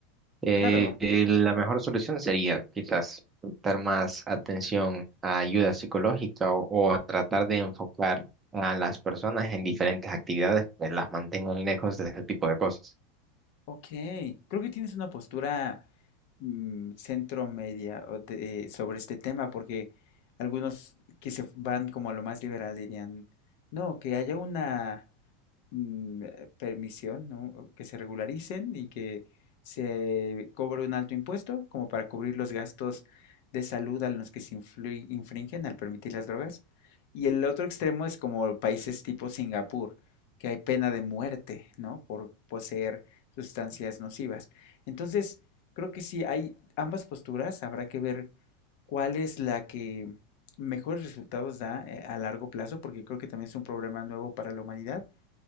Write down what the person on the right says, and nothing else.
eh,
eh, la mejor solución sería quizás prestar más atención a ayuda psicológica o, o a tratar de enfocar a las personas en diferentes actividades que las mantengan lejos de ese tipo de cosas.